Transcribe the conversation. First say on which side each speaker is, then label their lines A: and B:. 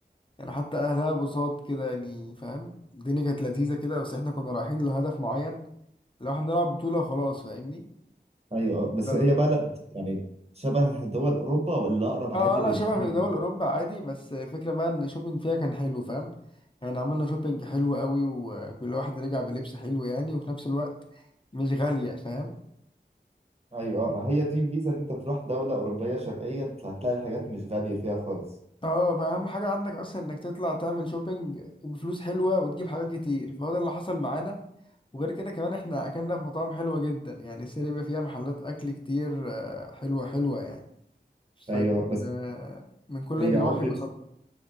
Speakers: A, on the left (about 30°); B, on the right (about 35°).
A: يعني حتى اهلها بساط كده يعني فاهم الدنيا كانت لذيذة كده بس احنا كنا رايحين لهدف معين لو احنا نلعب بطولة خلاص فاهمني
B: ايوه آه، بس
A: فال...
B: هي بلد يعني شبه دول اوروبا ولا اقرب
A: اه
B: عادي
A: آه، لا
B: للدول
A: شبه دول اوروبا عادي بس الفكرة بقى ان الشوبينج فيها كان حلو فاهم يعني عملنا شوبينج حلو قوي وكل واحد رجع بلبس حلو يعني وفي نفس الوقت مش غالية فاهم
B: ايوه آه، ما هي دي الميزه ان انت تروح دوله اوروبيه شرقيه أنت هتلاقي الحاجات مش غاليه فيها خالص
A: اه ما اهم حاجه عندك اصلا انك تطلع تعمل شوبينج بفلوس حلوه وتجيب حاجات كتير فهو ده اللي حصل معانا وغير كده كمان احنا اكلنا في مطاعم حلوه جدا يعني السرير بيبقى فيها محلات اكل كتير آه، حلوه حلوه يعني
B: ايوه
A: فكان
B: بس
A: آه، من كل
B: هي
A: النواحي
B: عمله
A: اتبسطنا